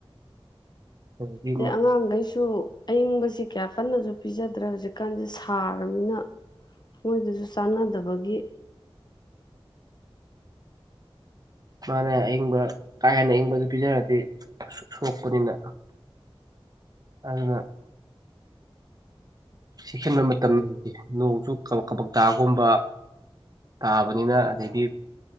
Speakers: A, on the right; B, on the left.
A: ꯑꯗꯒꯤ
B: ꯑꯗꯩ ꯑꯉꯥꯡꯒꯩꯁꯨ ꯑꯏꯪꯕꯁꯤ ꯀꯌꯥ ꯀꯟꯅꯁꯨ꯫ ꯄꯤꯖꯗ꯭ꯔꯦ ꯍꯧꯖꯤꯛꯀꯥꯟꯗꯤ ꯁꯥꯔꯝꯅꯤꯅ ꯃꯣꯏꯗꯁꯨ ꯆꯥꯟꯅꯗꯕꯒꯤ꯫
A: ꯃꯥꯅꯦ ꯑꯏꯪꯕ ꯀꯥ ꯍꯦꯟꯅ ꯏꯪꯕꯗꯨ ꯄꯤꯖꯔꯗꯤ ꯁꯣꯛꯄꯅꯤꯅ ꯑꯗꯨꯅ꯫ ꯆꯦꯛꯁꯤꯟꯕ ꯃꯇꯝ ꯅꯣꯡꯁꯨ ꯀꯕꯛ ꯀꯕꯛ ꯇꯥꯒꯨꯝꯕ ꯇꯥꯕꯅꯤꯅ ꯑꯗꯩꯗꯤ